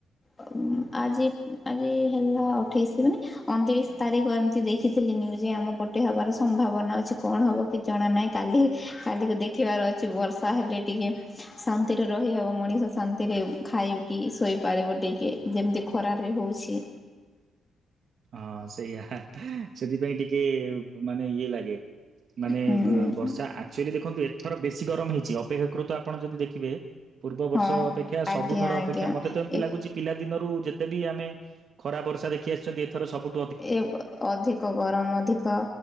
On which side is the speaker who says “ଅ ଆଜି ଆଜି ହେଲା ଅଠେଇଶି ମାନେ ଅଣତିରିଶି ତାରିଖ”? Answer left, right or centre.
Left